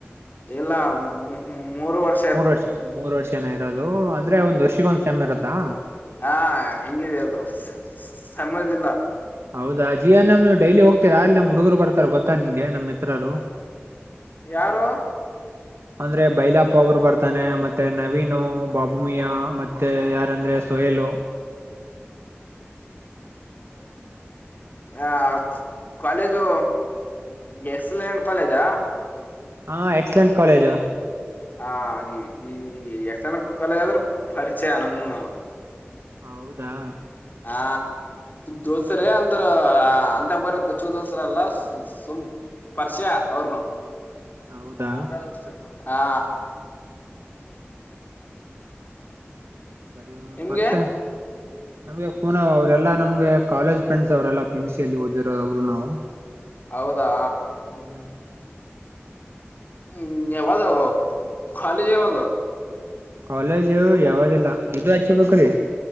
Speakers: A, on the left; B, on the right.
A: ಎಲ್ಲಾ ಉಹು ಮೂರು ವರ್
B: ಮೂರ್ ವರ್ಷ ಮೂರ್ ವರ್ಷನೇ ಇರೋದು ಅಂದ್ರೆ ಒಂದ್ ವರ್ಷಗ ಒಂದ್ ಸೆಮ್ ಇರುತ್ತಾ?
A: ಹಾ ಹೆಂಗಿದೆ ಅದು ಸಮಯ್ದಿಲ್ಲ.
B: ಹೌದಾ ಜಿ ಏನ್ ಎಮ್ಮು ಡೈಲಿ ಹೋಗ್ತೀರ ಅಲ್ಲಿ ನಮ್ ಹುಡುಗರು ಬರ್ತಾರ ಗೊತ್ತಾ ನಿನ್ಗೆ ನಮ್ ಮಿತ್ರರು.
A: ಯಾರು
B: ಅಂದ್ರೆ ಬೈಲಪ್ ಅವರು ಬರ್ ಈಗ ತಾನೆ ಮತ್ತೆ ನವೀನು ಬಾಬುಮಿಯಾ ಮತ್ತೆ ಯಾರಂದ್ರೆ ಸೊಹೇಲು. <unintelligible>
A: ಹ ಕಾಲೇಜು ಎಕ್ಸಲೆಂಟ್ ಕಾಲೇಜಾ.
B: ಹಾ ಎಕ್ಸಲೆಂಟ್ ಕಾಲೇಜು.
A: ಆ ಎ ಎಕ್ಸಲೆಂಟ್ ಕಾಲೇಜ್ ಅಂದ್ರೆ ಪರಿಚಯ ನಮಗೂ.
B: ಹೌದಾ.
A: ಹಾ ದೋಸ್ತರು
B: ಹ್ಮ್
A: ಅಂದ್ರ. ಅಂತ ಪರಿ ಕುಚುಕು ದೋಸ್ತರಲ್ಲ ಸುಮ್ನೆ ಪರಿಚಯ ಅವ್ರನು.
B: ಹೌದಾ
A: ಸಾದಾ ದೋಸ್ತರ ಪಾ.
B: ಸರಿ
A: ನಿಮ್ಗೆ
B: ಮತ್ತೆ. ನಮಗೆ ಕುನಾವ್ ಅವ್ರರೆಲ್ಲಾ ನಮ್ಗೆ ಕಾಲೇಜ್ ಫ್ರೆಂಡ್ಸ್ ಅವರೆಲ್ಲ ಪಿ ಯು ಸಿಲ್ಲಿ ಓದಿರೋದ ಅವ್ರು ನಾವು.
A: ಹೌದಾ.
B: ಹ್ಮ್
A: ಹ ಯಾವದು ಕಾಲೇಜ್ ಯಾವದು.
B: ಕಾಲೇಜು ಯಾವ್ದಿಲ್ಲ ಇದು ಹಚ್ಬೇಕ್ರಿ.